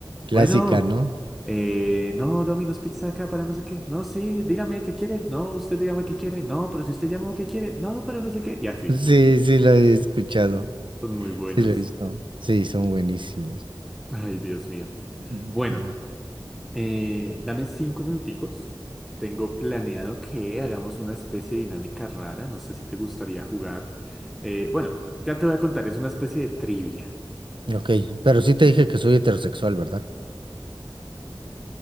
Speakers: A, on the right (about 70°); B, in the centre.
A: clásica,
B: bueno,
A: ¿no?
B: eh, no, Domino's Pizza acá para no sé qué, no, sí, dígame qué quiere, no, usted dígame qué quiere, no, pero si usted llamó qué quiere, no, pero no sé qué, y así,
A: Sí, sí, lo he escuchado.
B: son muy buenos.
A: Sí, lo he visto. Sí, son buenísimos.
B: Ay, Dios mío.
A: Mm,
B: Bueno.
A: mm.
B: Eh, dame cinco minuticos. Tengo planeado que hagamos una especie de dinámica rara. No sé si te gustaría jugar. Eh, bueno, ya te voy a contar. Es una especie de trivia.
A: Ujú, Ok, pero sí te
B: ¿Listo?
A: dije que soy heterosexual, ¿verdad?